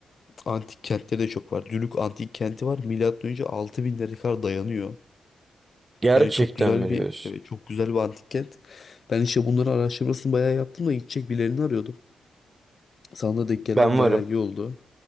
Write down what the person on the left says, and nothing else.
Antik kentleri de çok var. Dülük Antik Kenti var. Milattan önce 6000'lere kadar dayanıyor.
Yani çok güzel
bir
evet çok güzel bir antik kent. Ben işte bunların araştırmasını bayağı yaptım da gidecek birilerini arıyordum. Sana da denk gelmem
bayağı
iyi oldu.